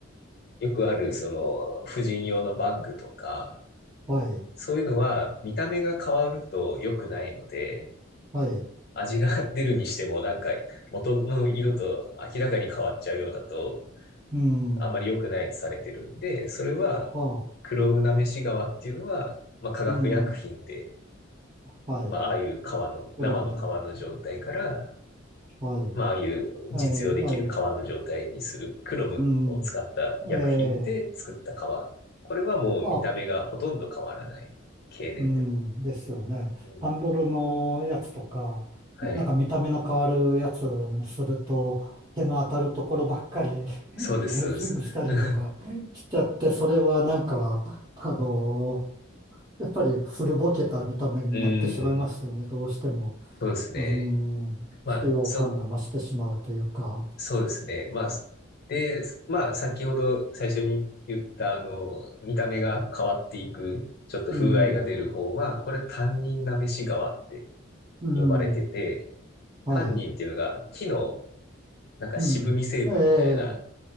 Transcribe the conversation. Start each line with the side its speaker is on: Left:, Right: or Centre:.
Left: よくあるその、婦人用のバッグとか、
Right: はい。
Left: そういうのは見た目が変わると良くないので、
Right: はい。
Left: 味が <laughs> 出るにしてもなんか元の色と明らかに変わっちゃうようだと
Right: うん。
Left: あまり良くないとされてるんで、それは
Right: はあ。
Left: クロムナメシ川っていうのは、まあ、化学薬品で、
Right: うん。はい。
Left: まあ、ああいう川の、
Right: プロムで。
Left: 生の川の状態から、
Right: はい。
Left: まあ、ああいう実用できる川の状態にするクロムを使った薬品で作った川。
Right: はい。はい。うん。ええ
Left: これはもう見た目がほとんど変わらない。
Right: あ、
Left: 経年でも。
Right: うん、ですよね。
Left: うん。
Right: ハンドルのやつとか、
Left: はい。
Right: なんか見た目の変わるやつにすると、手の当たるところばっかり <laughs>
Left: そうです、
Right: エイジングしたりとかしちゃって、
Left: そうです。<laughs> う
Right: それはなんか、あのーやっぱり古ぼけた見た目になってしまいますよね、
Left: ーん。
Right: どうしても。
Left: そうですね。
Right: うん、
Left: まあ、
Right: 使用感が増してしまうというか。
Left: そう、そうですね。まあ、で、まあ、先ほど最初に言った、あの、見た目が変わっていく、ちょっと風合いが出る方は、
Right: うん、
Left: これ、タンニンなめし川って
Right: うん、
Left: 呼ばれてて、
Right: はい。
Left: タンニンっていうのが木の、なんか渋み成分みたいな
Right: うん、ええ